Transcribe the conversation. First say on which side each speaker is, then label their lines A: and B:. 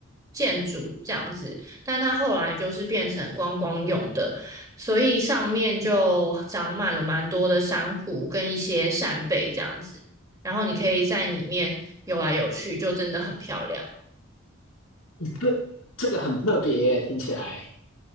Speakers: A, on the right; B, on the left.
A: 建筑这样子，但它后来就是变成观光用的，所以上面就长满了蛮多的珊瑚跟一些扇贝这样子，然后你可以在里面游来游去，就真的很漂亮。
B: 这这个很特别耶，听起来